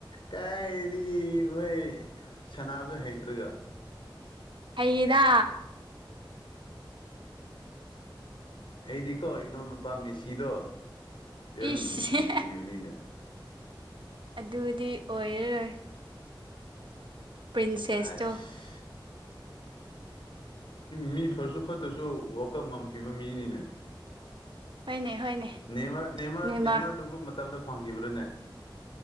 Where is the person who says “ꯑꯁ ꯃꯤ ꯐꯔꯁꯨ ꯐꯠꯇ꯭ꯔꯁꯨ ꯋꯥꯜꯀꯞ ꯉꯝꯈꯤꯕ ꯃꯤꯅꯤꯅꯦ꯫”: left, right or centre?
Left